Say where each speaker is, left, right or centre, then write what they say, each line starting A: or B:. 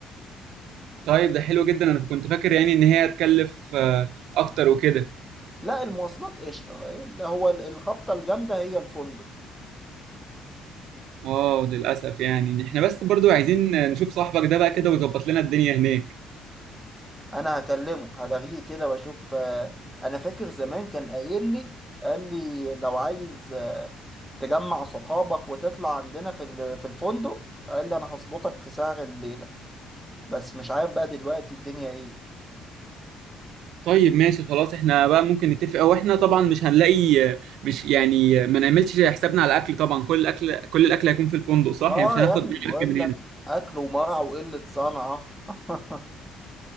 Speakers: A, on the right (about 75°); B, in the centre.
A: طيب ده حلو جدا انا كنت فاكر يعني ان هي هتكلف آه، اكتر وكده
B: لا المواصلات قشطه اللي هو ال- الخبطه الجامده هي الفندق
A: اه للاسف يعني إن احنا بس برضو عايزين نشوف صاحبك ده بقى كده ويظبط لنا الدنيا هناك
B: انا هكلمه هلاغيه كده واشوف آه، انا فاكر زمان كان قايل لي قال لي لو عايز آه، تجمع صحابك وتطلع عندنا في ال- في الفندق قال لي انا هظبطك في سعر الليله بس مش عارف بقى دلوقتي الدنيا ايه
A: طيب ماشي خلاص احنا بقى ممكن نتفق او احنا طبعا مش هنلاقي مش يعني ما نعملش حسابنا على الاكل طبعا كل الاكل كل الاكل هيكون في الفندق صح
B: اه
A: يعني مش هناخد
B: يا ابني
A: معانا
B: بقول
A: اكل من
B: لك
A: هنا
B: اكل ومرع وقله صنعه <laughs>